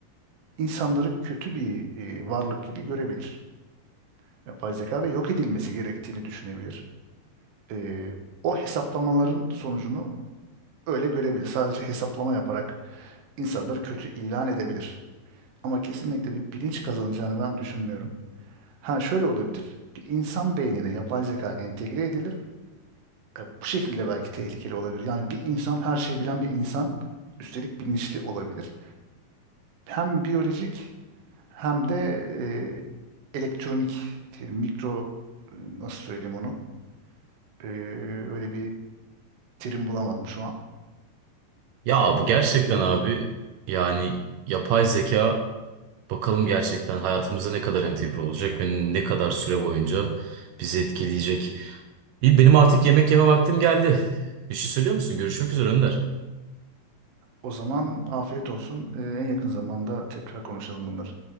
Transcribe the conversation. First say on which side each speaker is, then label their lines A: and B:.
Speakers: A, on the right; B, on the right.
A: insanları kötü bir e, varlık gibi görebilir. Yapay zeka ve yok edilmesi gerektiğini düşünebilir. Ee, o hesaplamaların sonucunu öyle görebilir. Sadece hesaplama yaparak insanları kötü ilan edebilir. Ama kesinlikle bir bilinç kazanacağını ben düşünmüyorum. Ha şöyle olabilir. Bir insan beynine yapay zeka entegre edilir. E, bu şekilde belki tehlikeli olabilir. Yani bir insan her şeyi bilen bir insan üstelik bilinçli olabilir. Hem biyolojik hem de e, elektronik, diyelim, mikro e, nasıl söyleyeyim onu? Ee, öyle bir terim bulamadım şu an.
B: Ya bu gerçekten
A: E,
B: abi yani yapay zeka bakalım gerçekten hayatımıza ne kadar entegre olacak ve ne kadar süre boyunca bizi etkileyecek. İyi benim artık yemek yeme vaktim geldi. Bir şey söylüyor musun? Görüşmek üzere Önder.
A: o zaman afiyet olsun. E, en yakın zamanda tekrar konuşalım bunları